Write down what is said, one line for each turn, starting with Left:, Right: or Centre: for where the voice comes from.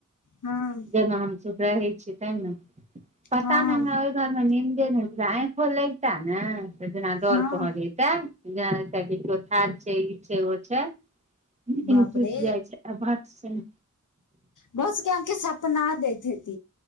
Left: हं
Right: रहै छि हम ते ना पता
Left: हँ
Right: नै हमर घर मे नींन्देरा आँखो लगता ने जेना दौड
Left: हँ
Right: तो ार छै ई छै ओ छ टुटि
Left: बाप रे
Right: जाइ छै आ बात सह
Left: बहुतके अंके सपना देत हेत